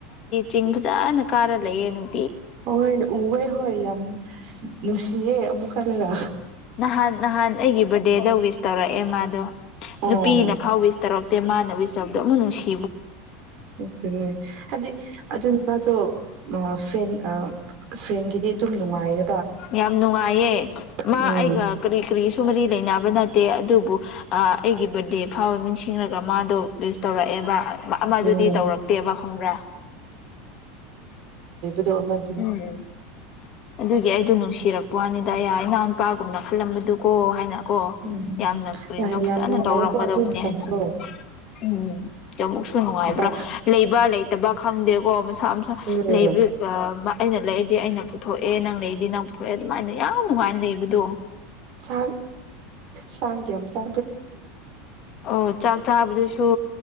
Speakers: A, on the left; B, on the right.
A: ꯆꯤꯡ ꯐꯖꯅ ꯀꯥꯔ ꯂꯩꯌꯦ ꯑꯗꯨꯝ꯫
B: ꯍꯣꯏ ꯎꯋꯦ ꯍꯣꯏ ꯌꯥꯝ ꯅꯨꯡꯁꯤꯌꯦ ꯑꯃꯨꯛꯀꯗꯅ
A: ꯅꯍꯥꯟ ꯅꯍꯥꯟ ꯑꯩꯒꯤ ꯕꯥꯔꯗꯦꯗ ꯋꯤꯁ ꯇꯧꯔꯛꯑꯦ ꯃꯥꯗꯣ
B: ꯑꯣ
A: ꯅꯨꯄꯤꯅ ꯐꯥꯎ ꯋꯤꯁ ꯇꯧꯔꯛ ꯑꯦ ꯃꯥꯅ ꯋꯤꯁ ꯇꯗꯧꯅ ꯅꯨꯡꯁꯤ
B: ꯎ ꯍꯥꯏꯕꯗꯤ ꯑꯗꯨ ꯅꯨꯄꯥꯁꯨ ꯐꯦꯟ ꯐ꯭ꯔꯦꯟꯒꯤꯗꯤ ꯑꯗꯨꯝ ꯅꯨꯡꯉꯥꯏꯌꯦ
A: ꯌꯥꯝ ꯅꯨꯡꯉꯥꯏꯌꯦ ꯃꯥ
B: ꯎꯝ
A: ꯑꯩꯒ ꯀꯔꯤ ꯀꯔꯤꯁꯨ ꯃꯔꯤ ꯂꯩꯅꯕ ꯅ ꯗꯦ ꯑꯗꯨꯕꯨ ꯑꯩꯒꯤ ꯕꯔꯗꯦ ꯐꯥꯎ ꯅꯤꯡꯁꯤꯡꯂꯒ ꯃꯥꯗꯣ ꯂꯤꯁ ꯇꯧꯔꯛꯑꯦꯕ ꯑꯃꯗꯨꯗꯤ
B: ꯑꯗꯨꯅꯦ
A: ꯇꯧꯔꯛꯇꯦꯕ ꯈꯪꯕ꯭ꯔꯥ
B: ꯗ ꯃꯗꯤꯗꯤ
A: ꯎꯝ ꯑꯗꯨꯒꯤ ꯑꯩꯗꯣ ꯅꯨꯡꯁꯤꯔꯛꯄ ꯋꯥꯅꯤꯗ ꯑꯩ ꯏꯅꯥꯎ ꯅꯨꯄꯥꯒꯨꯝꯅ ꯈꯜꯂꯝꯕꯗꯨꯀꯣ ꯍꯥꯏꯅ ꯀꯣ
B: ꯎꯝ
A: ꯌꯥꯝꯅ ꯀꯔꯤꯅꯣ
B: ꯌꯥꯝ
A: ꯐꯖꯅ
B: ꯅꯨꯡꯉꯥꯏꯌꯦꯀꯣ
A: ꯇꯧꯔꯝꯒꯗꯧꯕꯅꯦ
B: ꯑꯗꯨ ꯃꯇꯝꯗꯣ
A: ꯍꯥꯏꯅ ꯎꯝ ꯑꯃꯨꯛꯁꯨ ꯅꯨꯡꯉꯥꯏꯕ꯭ꯔꯥ
B: ꯕꯥ
A: ꯂꯩꯕ ꯂꯩꯇꯕ ꯈꯪꯗꯦꯕ ꯀꯣ ꯃꯁꯥ ꯃꯁꯥ
B: ꯎꯝ
A: ꯂꯩꯕ ꯑꯩꯅ ꯂꯩꯔꯗꯤ ꯑꯩꯅ ꯄꯨꯊꯑꯦ ꯅꯪ ꯂꯩꯔꯤꯗꯤ ꯅꯪ ꯄꯨꯊꯑꯦ ꯑꯗꯨꯃꯥꯏꯅ ꯌꯥꯝ ꯅꯨꯡꯉꯥꯏꯅ ꯂꯩꯕꯗꯣ
B: ꯁꯥ ꯁꯥ ꯀ ꯌꯥꯝ ꯁꯥ
A: ꯑꯣ ꯆꯥꯛ ꯆꯥꯕꯗꯨꯁꯨ